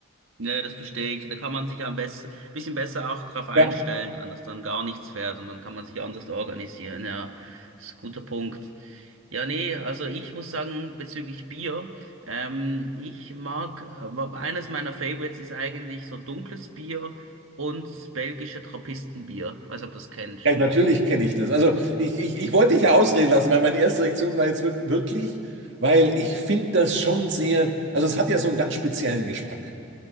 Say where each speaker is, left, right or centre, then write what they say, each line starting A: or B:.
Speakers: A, on the right; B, on the right.
A: Nee, das verstehe ich. Da kann man sich ja am besten, bisschen besser auch drauf einstellen,
B: Ja,
A: dann, dass dann gar nichts fährt und dann kann man sich anders organisieren. Ja, das ist ein guter Punkt. Ja, nee, also ich muss sagen, bezüglich Bier, ähm, ich mag, äh, wa- eines meiner Favorites ist eigentlich so dunkles Bier und das belgische Trappistenbier. Ich weiß nicht, ob du das kennst.
B: ja natürlich kenne ich das. Also ich, ich, ich wollte dich ja ausreden lassen, weil meine erste Reaktion war jetzt wirk- wirklich, weil ich finde das schon sehr, also es hat ja so einen ganz speziellen Geschmack.